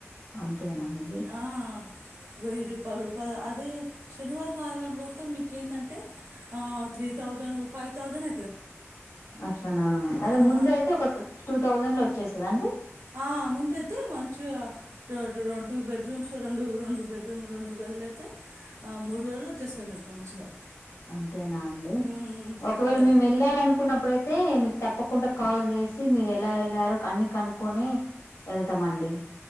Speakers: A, on the left (about 85°); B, on the right (about 80°).
A: అంతేనా అండి
B: ఆ వెయ్యి రూపాలు ప అదే ఎ శనివాదం ఆదివారం పోతే మీకేందంటే ఆ త్రీ థౌసండ్ ఫైవ్ తౌసండ్
A: అట్లానా అదే
B: ఆ
A: ముందైతే ఒక తు టూ థౌజండ్ లో వచ్చే స్ తదండి
B: ఆ ముందైతే మంచిగా డా డు టూ బెడ్రూమ్స్ రెండు రెండు బెడ్రూమ్ రెండు గదులైతే ఆ మూడు వేలు వచ్చేస్తది మీకు మంచిగా
A: అంతేనా అండి
B: మ్మ్, చాలా
A: ఒకవేళ
B: తక్కువ
A: మేము ఎళ్ళాలనుకున్నపుడు అయితే మీకు తప్పకుండా కాల్ చేసి మీరు ఎలా వెళ్లారో అన్ని కనుక్కొని ఎళ్తామండి